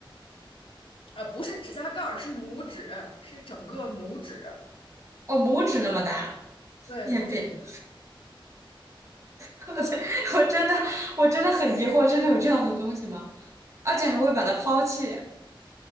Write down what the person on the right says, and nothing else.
哦，拇指那么大，
也也，
<laughs> 我在我真的我真的很疑惑，真的有这样的东西吗？而且还会把它抛弃，